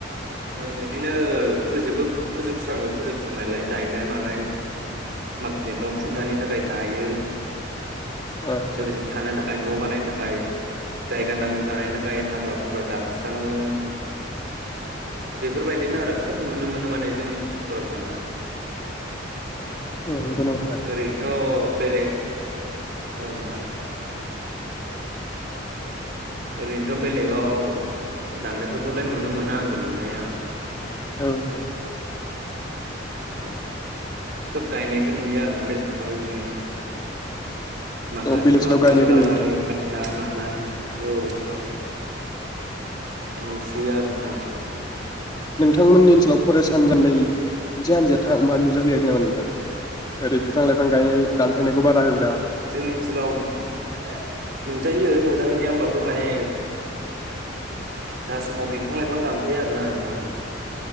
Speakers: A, on the right; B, on the left.
A: ओम बिदिनो फोजोबो फोजोबस्राङो फोजोबस्रांनायलाय गायनाय मानाय माखासे न' खुन्थानि
B: औ
A: थाखाय गायो।
B: आदसा
A: लोगोसे थानो थाखाय न' बानायनो थाखाय जायगा नांगौ जानायनि थाखाय हाग्रा बंग्रा दानस्राङो बेफोरबायदिनो आरो खोब नुनो मोन नो माने जोंनि ओनसोलफोराव दाननो
B: औ नंगौ नामा नोंथां
A: ओरैनोथ' बेलेग औ नोंथां ओरैनोथ' बेलेगाव दाननायफोरखौलाय नुनो मोनो आंबो नुनाया।
B: औ औ
A: औ खोब गायनायखो नुयो आरोना बेलेगाव इदिनो माखासे
B: औ बेलेग ओनसोलाव
A: माबाफोरखौ
B: गायनायखौ
A: लानानै
B: नुयो नोंथां
A: गायनाय माना नाय औ औ नुसै आरो ना नोंथां
B: नोंथांमोननि ओनसोलाव फरेस्ट हान्जानै मोनसे हान्जाया था मा नुजाहैयाखै नामा नोंथां ओरैदि बिफां लाइफां गायनाय दानफायनायखौ बादा हो
A: जोंनि ओनसोलाव जाहैनाया होमबाबो माने जा समाव बिफां लाइफां दानफायो आरो ना नोंथां।